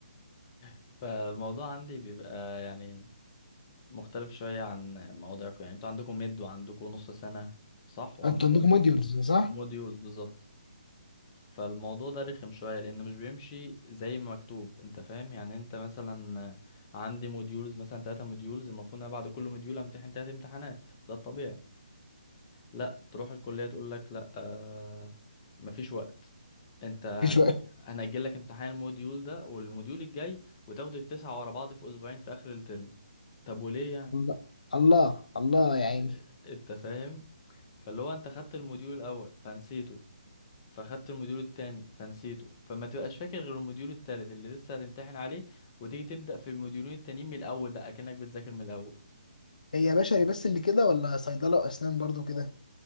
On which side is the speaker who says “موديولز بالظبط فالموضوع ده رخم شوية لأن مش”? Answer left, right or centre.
Left